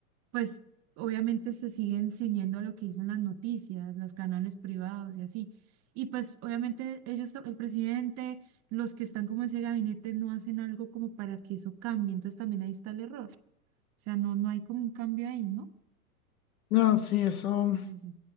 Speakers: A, on the right; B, on the left.
A: pues obviamente se siguen ciñendo a lo que dicen las noticias, los canales privados y así. Y pues obviamente ellos, el presidente, los que están como en ese gabinete no hacen algo como para que eso cambie. Entonces también ahí está el error. O sea, no, no hay como un cambio ahí, ¿no?
B: No, sí, eso
A: Parece.